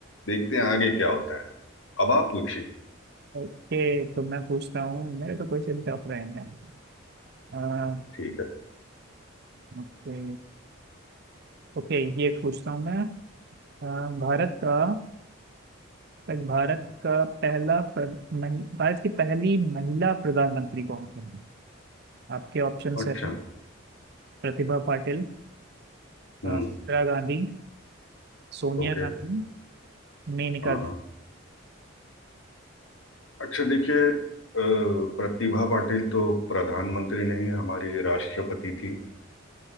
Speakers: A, on the left (about 65°); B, on the right (about 50°).
A: देखते हैं आगे क्या होता है अब आप पूछिए
B: ओके तो मैं पूछता हूँ मेरे तो क्वेश्चन टफ रहेंगे अह,
A: ठीक है
B: ओके ओके ये पूछता हूँ मैं अ, भारत का भारत का पहला प्र- महि- भारत की पहली महिला प्रधानमंत्री कौन थी आपके ऑप्शंस
A: अच्छा
B: हैं प्रतिभा पाटिल
A: हम्म
B: अ, इंदिरा गांधी सोनिया
A: ओके
B: गांधी मेनका
A: हाँ
B: गांधी।
A: हाँ अच्छा देखिए अ, प्रतिभा पाटिल तो प्रधानमंत्री नहीं हमारी राष्ट्रपति थी